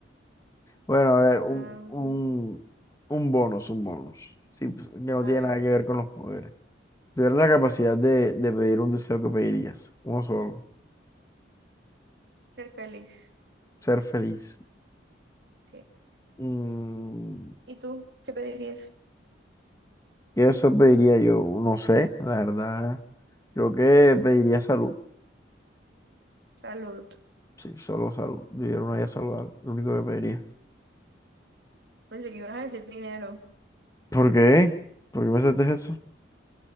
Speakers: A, on the left; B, on the right.
A: Bueno, a ver,
B: Am,
A: un, un, un bonus, un bonus. Sí, pues, que no
B: a
A: tiene
B: ver,
A: nada que ver con los poderes. Si Tuvieras la capacidad de, de pedir un deseo que pedirías, uno solo,
B: ser feliz,
A: ser feliz.
B: sí.
A: Mm,
B: ¿Y tú qué pedirías?
A: ¿qué eso pediría yo? No sé, la verdad. Creo que pediría salud.
B: Salud.
A: Sí, solo salud. Vivir una vida saludable, lo único que pediría.
B: Pensé que ibas a decir dinero.
A: ¿Por qué? ¿Por qué me haces eso?